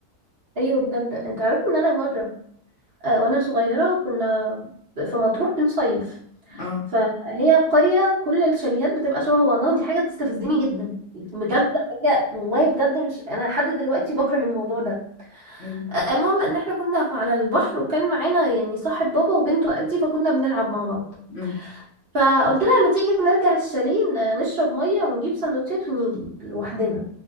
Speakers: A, on the right; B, on the left.
A: أيوة بجد أنت عارف إن أنا مرة آه وأنا صغيرة كنا في مطروح بنصيف
B: اه
A: فهي قرية كل الشاليهات بتبقى شبه بعضها ودي حاجة بتستفزني جدا بجد حاجة والله بجد مش أنا لحد دلوقتي بكره الموضوع ده
B: أيوة.
A: المهم إن احنا كنا في- على البحر وكان معانا يعني صاحب بابا وبنته قدي فكنا بنلعب مع بعض
B: أمم.
A: فقلت لها ما تيجي نرجع الشاليه ن- نشرب مية ونجيب سندوتشات ونيجي لوحدنا